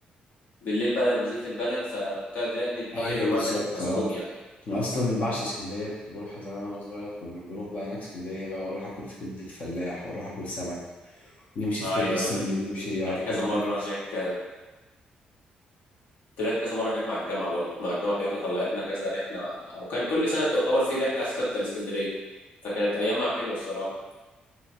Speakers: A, on the left; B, on the left.
A: بالليل بقى لو نزلت البلد فتلاقي ان الدنيا
B: ايوه
A: اليوم
B: بالظبط
A: عندك مسحوم
B: اه
A: يعني
B: انا اصلا بعشق اسكندريه كنت بروحها زمان وانا صغير كنا بنروح بقى هناك اسكندريه بقى واروح اكل في كبده الفلاح واروح اكل سمك نمشي
A: ايوه
B: في كوبري ستانلي
A: انا
B: ونمشي على
A: طلعت
B: الكورنيش
A: كذا مره هناك طلعت كذا مره هناك مع الجامعه برضو مع الجامعه بتاعتنا طلعتنا كذا رحله او كان كل سنه تعتبر في رحله ثابته لاسكندريه فكانت ايامها حلوه الصراحه